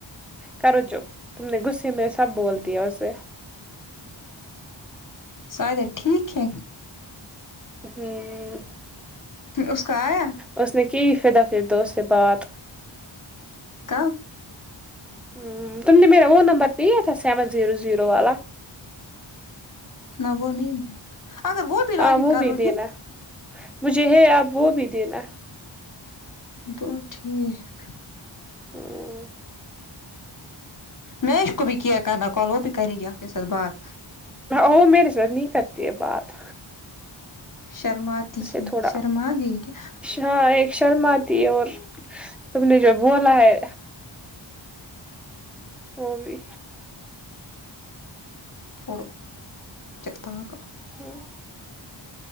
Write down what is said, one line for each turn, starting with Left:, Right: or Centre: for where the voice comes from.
Centre: کرو چپ تم نے غصے میں سب بول دیا اسے
Left: سارے ٹھیک ہے
Centre: ہوں
Left: اس کا آیا
Centre: اس نے کی فدا فرد اس سے بات
Left: کب
Centre: ہ تم نے میرا وہ نمبر پیا تھا سیون زیرو زیرو والا
Left: نہ وہ نہیں دیا اگر وہ بھی
Centre: ہاں
Left: لاگ ان کرو
Centre: بھی دینا
Left: گی
Centre: مجھے ہے آپ وہ بھی دینا
Left: جی ٹھیک
Centre: ہمم
Left: میش کو بھی کیا کرنا کال وہ بھی کر گی آپ کے ساتھ بات
Centre: وہ میرے ساتھ نہیں کرتی یہ بات
Left: شرماتی
Centre: اسے
Left: ہے
Centre: تھوڑا
Left: شرم گئی کیا
Centre: ہاں ایک شرم آتی ہے اور تم نے جو بولا ہے وہ بھی
Left: چوڑو چتا آگ
Centre: ہمم،